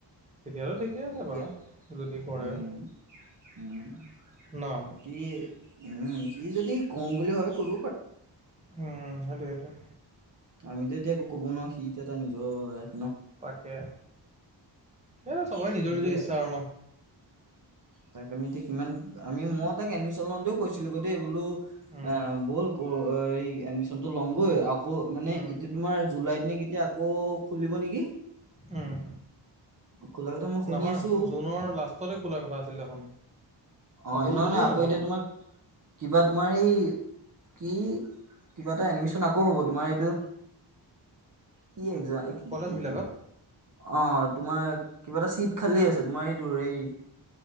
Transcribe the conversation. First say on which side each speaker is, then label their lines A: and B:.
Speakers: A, on the right; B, on the right.
A: তেতিয়'লে ঠিকেই
B: সি
A: আছে
B: এতিয়া
A: বাৰু যদি কৰে।
B: উম উম,
A: ন?
B: বাকী উম সি যদি কও বুলি ভাবে কব
A: উম, সেইটোৱ - সেইটোৱ।
B: আমিতো এতিয়া একো ক'ব নোৱাৰো সি এটা নিজৰ ৰাই
A: তাকে এ চবৰে
B: তাকে
A: নিজৰ - নিজৰ
B: এতিয়া
A: ইচ্ছা আৰু ন।
B: তাক আমি এতিয়া কিমান আমি মই তাক এডমিশ্যন লওতেও কৈছিলোগৈ দেই বোলো
A: উম,
B: এ ব'ল ক এই এডমিশনতটো লমগৈ আকৌ মানে
A: উম,
B: এতিয়া তোমাৰ জুলাই দিনে এতিয়া খুলিব নেকি।
A: উম।
B: খোলা কথা মই শুনি
A: নহয়
B: আছো
A: জুনৰ লাষ্টতে খোলাৰ কথা আছিল দেখোন।
B: অ,
A: হ'ল
B: এনেহে
A: যদিও
B: আকৌ
A: নাজানো।
B: এতিয়া তোমাৰ কিবা তোমাৰ এই কি- কিবা এটা এডমিশন আকৌ হ'ব। তোমাৰ এইটো কি এক কি
A: কলেজবিলাকত
B: - কি? অ, তোমাৰ কিবা এটা চিট খালি আছে তোমাৰ এইটো এই